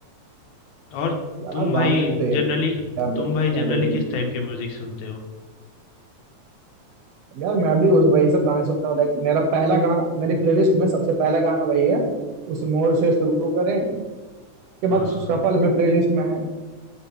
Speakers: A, on the left (about 80°); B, on the right (about 70°).
A: और
B: क्या
A: तुम भाई
B: गाने थे
A: जनरली
B: यार
A: तुम
B: बच
A: भाई
B: पहले
A: जनरली
B: के
A: किस टाइप की म्यूजिक सुनते हो
B: यार मैं भी उस वही सब गाने सुनता हूँ लाइक मेरा पहला गाना मेरी प्लेलिस्ट में सबसे पहला गाना वही है उस मोर से शुरू करें के बाद
A: हाँ
B: सफल में प्लेलिस्ट में है